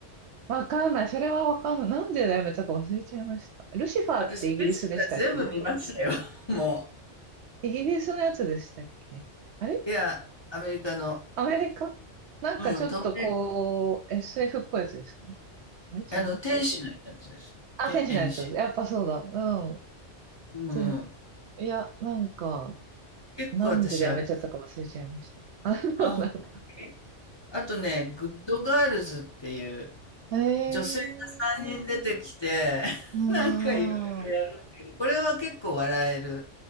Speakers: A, on the right; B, on the left.
A: わかんない。それはわかんない。なんでやめたか忘れちゃいました。ルシファーってイギリスでしたっけ
B: 私、ルシファー全部見ましたよ。<laughs> も
A: イギリスのやつでしたっけあれ
B: う。いや、アメリカの、
A: アメリカなんかちょっとこう、
B: うん、トム、ヘ
A: SF っぽいやつですかあれ違う
B: ンあの、天使のやつです。
A: あ、
B: 天使。
A: 天使のやつ。やっぱそうだ。うん。
B: うんうん。
A: 全いや、なんか、
B: 結構私あれ。
A: なんでやめちゃったか忘れちゃいました。あ、そうなんだ。
B: あ、ほんとにあとね、グッドガールズっていう
A: へえー、
B: 女性が3人出てきて、<laughs>
A: うーん。
B: なんかいろいろやる。これは結構笑える